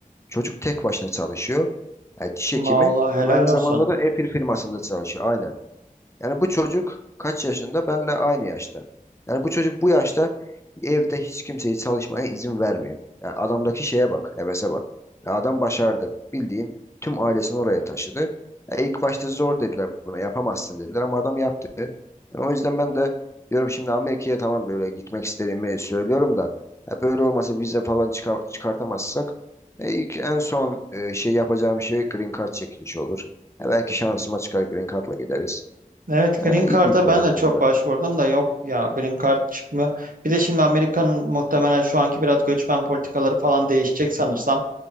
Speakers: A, on the left (about 20°); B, on the right (about 75°).
A: Çocuk tek başına çalışıyor. Yani diş hekimi.
B: vallahi helal
A: Aynı
B: olsun.
A: zamanda da Apple firmasında çalışıyor. Aynen. Yani bu çocuk kaç yaşında? Benle aynı yaşta. Yani bu çocuk bu yaşta evde hiç kimseyi çalışmaya izin vermiyor. Yani adamdaki şeye bak, hevese bak. Ya adam başardı. Bildiğin tüm ailesini oraya taşıdı. Ya ilk başta zor dediler buna, yapamazsın dediler ama adam yaptı. Yani o yüzden ben de diyorum şimdi Amerika'ya tamam böyle gitmek istediğimi söylüyorum da ya böyle olmasa vize falan çıkar, çıkartamazsak e, ilk en son e, şey yapacağım şey green card çekilişi olur. Ya belki şansıma çıkar green card'la gideriz.
B: Evet
A: Ha,
B: Green
A: iyi
B: Card'a
A: bir şey
B: ben
A: aslında.
B: de çok başvurdum da yok ya Green Card çıkmıyor. Bir de şimdi Amerika'nın muhtemelen şu anki biraz göçmen politikaları falan değişecek sanırsam.